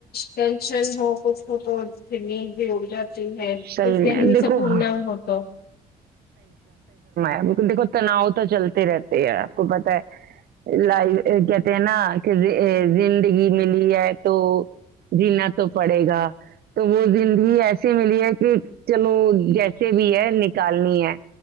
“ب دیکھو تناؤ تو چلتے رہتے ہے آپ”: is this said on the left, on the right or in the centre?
Right